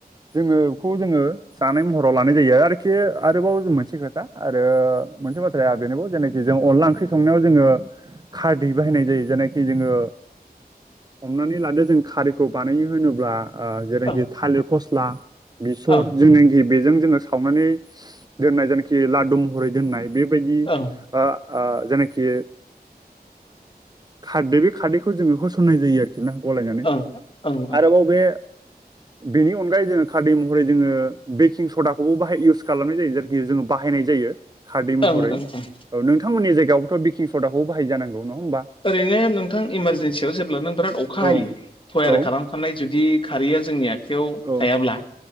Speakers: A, on the right; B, on the left.
A: जोङो बेखौ जोङो जानाय मह ाव लानाय जायो आरोखि आरोबाव मोनसे खोथा आरो मोनसे खाया बेनो जेनाखि जों अनला ओंख्रि संनायाव जोंङो खारदै बाहायनाय जायो जायनाखि जोंङो हमनानै लादो जों खारिखौ बानायनो होनोब्ला जेरखि
B: ओं
A: थालिर फस्ला बेसर
B: ओं
A: जेनाखि बेजों जोङो सावनानै दोननाय जायनाखि लादु महरै दोननाय बेबायदिनो
B: ओं
A: ओ जायनाखि खारदै बे खारदैखौ जोंङो होसननाय जायो आरोखि खिन गलायनानै
B: ओं ओं
A: आरोबाव बे बेनि अनगायै जोङो खारै महरै जोंङो बेकिं सदाखौबो बाहाय इउस खालामनाय जायो जेरखि जोङो बाहायनाय जायो। खारदै
B: ओं
A: महरै
B: ओं ओं
A: औ नोंथांमोननि जायगायावबोथ' बेकिं सदाखौ बाहाय जानांगौ नङा होमबा?
B: ओरैनो नोंथां इमारजेेनसियाव जेब्ला नों बिराद अखा
A: औ
B: हायो थयार
A: औ
B: खालाम सनाय जुदि खारै जोंनि आखायाव
A: औ
B: थायाब्ला